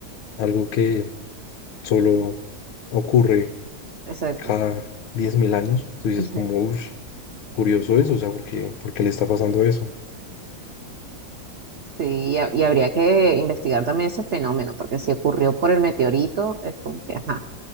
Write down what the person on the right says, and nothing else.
Exacto.
Ujú.
Sí, y, ha- y habría que investigar también ese fenómeno, porque si ocurrió por el meteorito, es como que, ajá,